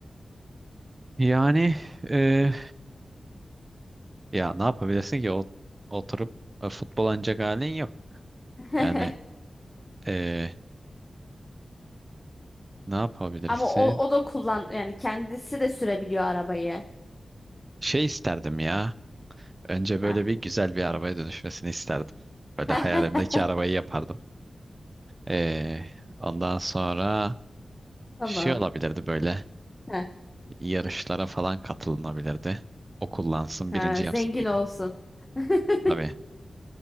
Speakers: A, on the right; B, on the left.
A: Yani e, ya ne yapabilirsin ki Ot- oturup e, futbol oynayacak halin yok.
B: <laughs>
A: Yani e, ne yapabilirsin?
B: Ama o, o da kullan yani kendisi de sürebiliyor arabayı.
A: Şey isterdim ya. Önce böyle
B: Ha.
A: bir güzel bir arabaya dönüşmesini isterdim. Böyle
B: <laughs>
A: hayalimdeki arabayı yapardım. Ee, ondan sonra
B: Tamam.
A: şey olabilirdi böyle
B: Ha.
A: yarışlara falan katılınabilirdi. O kullansın
B: Ha,
A: birinci yapsın
B: zengin
A: beni.
B: olsun. <laughs>
A: Tabii